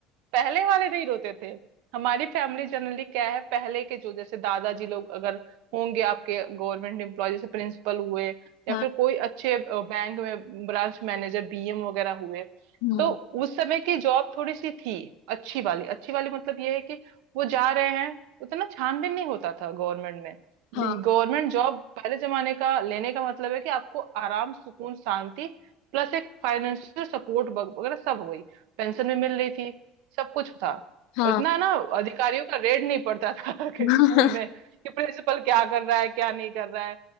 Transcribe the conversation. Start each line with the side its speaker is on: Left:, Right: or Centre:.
Right: पहले वाले नहीं रोते थे हमारी फैमिली जनरली क्या है पहले के जो जैसे दादाजी लोग अगर होंगे आपके गवर्नमेंट एम्प्लॉय जैसे प्रिंसिपल हुए या
Left: हाँ
Right: फिर
Left: <laughs>
Right: कोई अच्छे बैंक में ब्रांच मैनेजर बीएम वगैरह हुए
Left: हम्म,
Right: तो उस समय की जॉब थोड़ी सी थी अच्छी वाली अच्छी वाली मतलब ये है कि वो जा रहे हैं उतना छानबीन नहीं होता था गवर्नमेंट में
Left: हाँ
Right: गवर्नमेंट जॉब पहले जमाने का लेने का मतलब है कि आपको आराम सुकून शांति प्लस एक फाइनेंशियल सपोर्ट वगैरह सब हो गई पेंशन भी मिल रही थी सब कुछ था
Left: हाँ
Right: और इतना ना अधिकारियों का रेड नहीं पड़ता था <laughs> कि
Left: <laughs>
Right: स्कूल में कि प्रिंसिपल क्या कर रहा है क्या नहीं कर रहा है